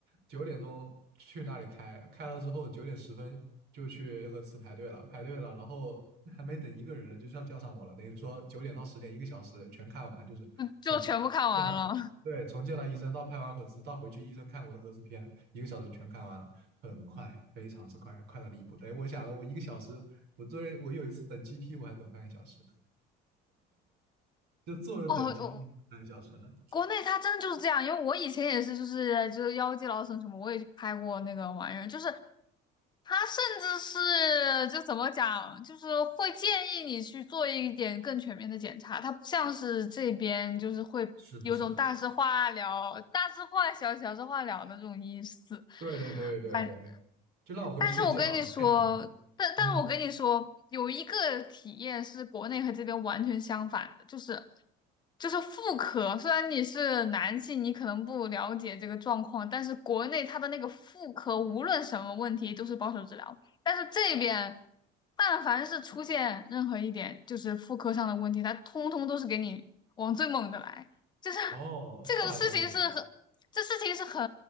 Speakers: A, on the right; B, on the left.
A: 九点钟去那里开，开了之后九点十分就去核磁排队了，排队了，然后还没等一个人呢，就叫叫上我了，等于说九点到十点一个小时全看完，就是从
B: 就就全部看完了。
A: 见了对从见了医生到拍完核磁到回去医生看我的核磁片，
B: <laughs>
A: 一个小时全看完了，很快，非常之快，快到离谱。哎，我想了，我一个小时，我作为我有一次等 GP 我还等半个小时呢，就坐着等
B: 哦，
A: GP 半个小时呢。
B: 国内它真的就是这样，因为我以前也是，就是就是《腰肌劳损什么，我也去拍过那个玩意儿，就是它甚至是就怎么讲，就是会建议你去做一点更全面的检查，它不像是这边就是会有种大事化了、
A: 是的，是的，
B: 大事化小、小事化了的这种意思。
A: 对对对对对，
B: 反。
A: 就让我回去睡觉啊，
B: 但是我跟你说，
A: 太
B: 但但是我跟你说，
A: 嗯，
B: 有一个体验是国内和这边完全相反的，就是就是妇科。虽然你是男性，你可能不了解这个状况，但是国内它的那个妇科无论什么问题都是保守治疗，但是这边但凡是出现任何一点就是妇科上的问题，它通通都是给你往最猛的来，就是。
A: 哦，
B: 这个事情是很这事情是很，
A: 这我还不了解。